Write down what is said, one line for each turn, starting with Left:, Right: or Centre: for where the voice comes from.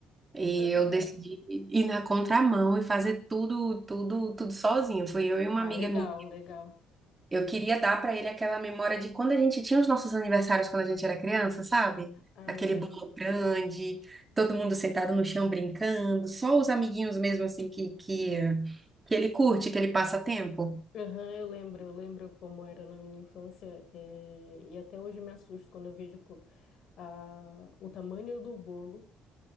Right: E
Left: Aham.
Right: eu decidi ir na contramão e fazer tudo, tudo, tudo sozinha. Fui eu e uma
Left: Ah,
Right: amiga
Left: legal,
Right: minha
Left: legal.
Right: Eu queria dar pra ele aquela memória de quando a gente tinha os nossos aniversários quando a gente era criança, sabe?
Left: Ai,
Right: Aquele
Left: menina.
Right: bolo grande, todo mundo sentado no chão brincando, só os amiguinhos mesmo assim que que que ele curte, que ele passa tempo.
Left: Aham, eu lembro, eu lembro como era na minha infância, eh, e até hoje me assusto quando eu vejo co- a- o tamanho do bolo